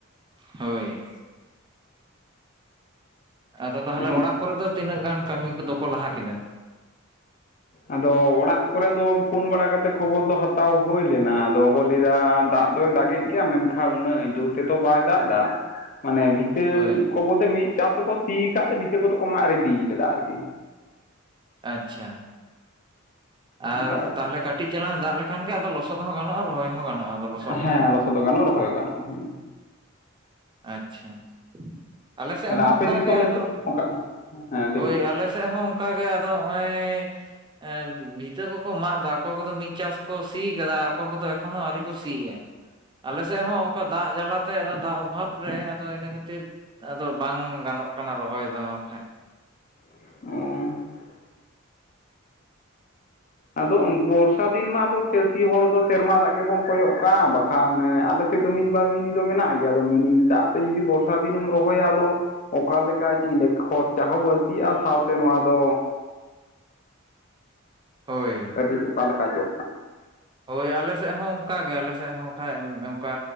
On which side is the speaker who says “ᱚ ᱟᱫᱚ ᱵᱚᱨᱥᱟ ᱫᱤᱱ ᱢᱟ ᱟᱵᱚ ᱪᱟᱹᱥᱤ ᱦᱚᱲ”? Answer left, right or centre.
Left